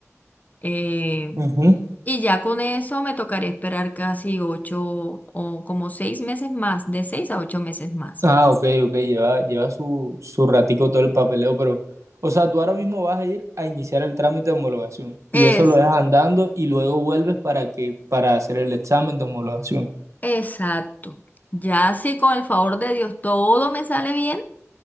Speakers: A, on the left; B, on the right.
A: eh,
B: Ujú.
A: y ya con eso me tocaría esperar casi ocho o como seis meses más, de seis a ocho meses más.
B: Ah, ok, ok, lleva, lleva su, su ratico todo el papeleo, pero, o sea, tú ahora mismo vas a ir a iniciar el trámite de homologación y
A: Es,
B: eso lo dejas andando y luego vuelves para que, para hacer el examen de homologación.
A: exacto. Ya si con el favor de Dios todo me sale bien.